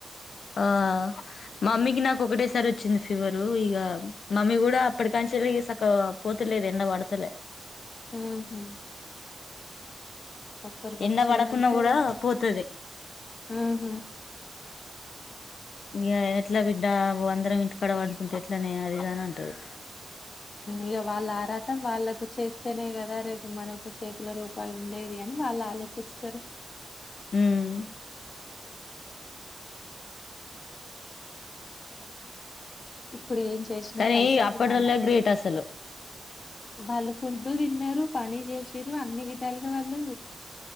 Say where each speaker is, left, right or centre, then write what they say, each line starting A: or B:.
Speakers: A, on the left; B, on the left.
A: అహ్ మమ్మీకి నాకు ఒకటేసారి వచ్చింది ఫీవరు ఇక మమ్మీ కూడా అప్పటికా చిరిగి సక్క పోతులేదు ఎండ పడతలే
B: ఉమ్ ఒక్కరికి వచ్చిందంటే
A: ఎండ పడకున్నా కూడా పోతది
B: ఆహ
A: ఇంక ఎట్లా బిడ్డ అందరం ఇంటికాడవండుకుంటే ఎట్లనే అది ఇది అని అంటది
B: ఇక వాళ్ళ ఆరాటం వాళ్ళలకు చేస్తేనే కదా రేపు మనకు చేతిలో రూపాయి ఉండేది అని అలా ఆలోచిస్తారు
A: ఉమ్
B: ఇప్పుడు ఏం చేసినా
A: కానీ
B: పైసాతో
A: అప్పటోల్లే
B: పన
A: గ్రేట్ అసలు
B: బళ్ళ ఫుడ్డు తి తిన్నారు పని చేసిారు అన్ని విధాలుగా వాళ్ళు